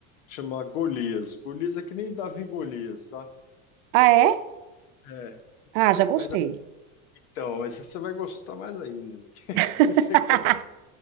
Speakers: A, on the left (about 85°); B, on the right (about 70°).
A: chama Golias. Golias é que nem Davi Golias, tá?
B: Ah, é?
A: É, então,
B: Ah, já gostei.
A: mas, então, mas você vai gostar mais ainda. <laughs>
B: <laughs>
A: Se você